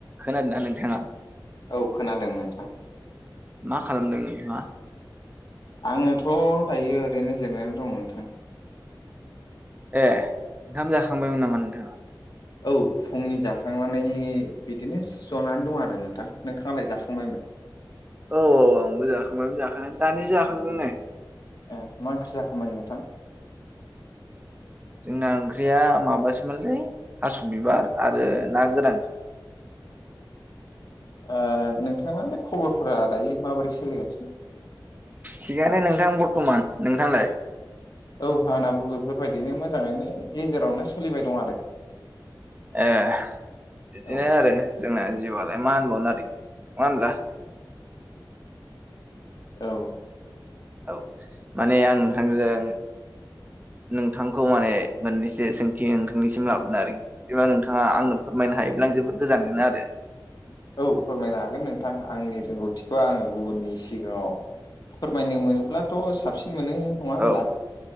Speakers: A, on the right; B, on the left.
A: खोनादोंना नोंथाङा
B: औ खोनादों नोंथां
A: मा खालामदों नोंथाङा?
B: आङोथ' दायो ओरैनो जिरनानै दङ नोंथां
A: ए ओंखाम जाखांबायमोन नामा नोंथाङा
B: औ फुंनि जाखांनानै बिदिनो जनानै दं आरो नोंथां नोंथाङालाय जाखांबायमोन?
A: औ औ आंबो जाखांबाय जाखांनायालाय दानिसो जाखांदों नै
B: मा ओंख्रि जाखोमोन नोंथां?
A: जोंना ओंख्रिया माबासोमोनलै थास' बिबार आरो ना गोरान
B: ओ नोंथाङालाय खबरफोरा दायो माबोरै सोलिगासिनो?
A: थिगायनो नोंथां बरथ'मान नोंथांनालाय?
B: औ आंनाबो बेफोरबायदिनो मोजाङैनो गेजेरावनो सोलिबाय दं आरो।
A: ए बिदिनो
B: औ
A: आरो जोंना जिउआलाय मा होनबावनो आरोखि नङा होनब्ला?
B: औ।
A: औ माने आं नोंथांजों नोंथांखौ माने मोननैसो सोंथि नोंथांनिसिम लाबोनो आरोखि। बिदिबा नोंथाङा आंनो फोरमायनो हायोब्ला आं जोबोद गोजोनगोन आरो।
B: औ फोरमायनो हागोन नोंथां आंनि रोंगौथिखौ आङो गुबुननि सिगाङाव फोरमायनो मोनोब्लाथ' साबसिन मोनो नङा होनब्ला।
A: औ